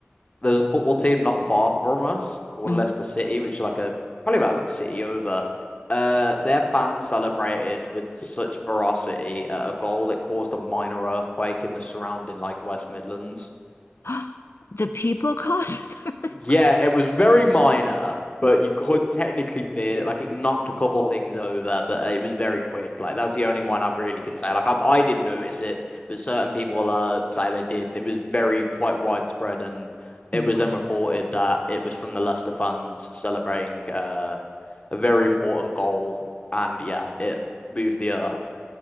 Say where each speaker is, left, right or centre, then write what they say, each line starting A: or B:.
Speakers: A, on the left; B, on the left.
A: there's a football team not far from us called
B: hmm
A: Leicester City, which is like a probably about like a city over. Uh, their fans celebrated with such ferocity at a goal that caused a minor earthquake in the surrounding like West Midlands.
B: <gasps> The people caused <laughs> the earthquake.
A: Yeah, it was very minor, but you could technically feel it. Like it knocked a couple things over, but uh, it was very quick. Like that's the only one I've really can say. Like I, I didn't notice it, but certain people uh say they did, and it was very quite widespread. And it
B: Wow.
A: was then reported that it was from the Leicester fans celebrating uh a very important goal, and yeah, it moved the earth.